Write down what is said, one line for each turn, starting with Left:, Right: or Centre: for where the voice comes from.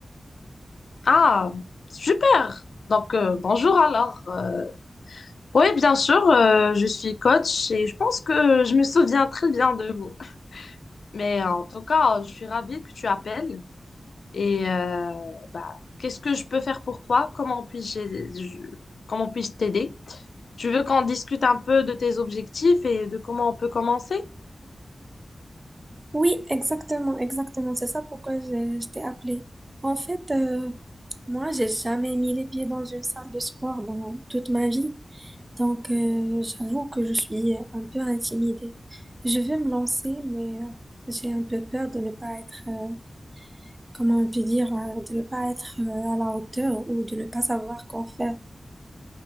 Left: Ah, super. Donc, euh, bonjour alors. euh, oui, bien sûr, euh, je suis coach et je pense que je me souviens très bien de vous. Mais en tout cas, je suis ravie que tu appelles. Et euh, bah, qu'est-ce que je peux faire pour toi? Comment puis-je, je- comment puis-je t'aider? Tu veux qu'on discute un peu de tes objectifs et de comment on peut commencer?
Right: Oui, exactement, exactement. C'est ça pourquoi je, je t'ai appelée. En fait, euh, moi, j'ai jamais mis les pieds dans une salle de sport dans toute ma vie. Donc, euh, j'avoue que je suis un peu intimidée. Je veux me lancer, mais euh, j'ai un peu peur de ne pas être, euh, comment on peut dire, euh, de ne pas être euh, à la hauteur ou de ne pas savoir quoi faire.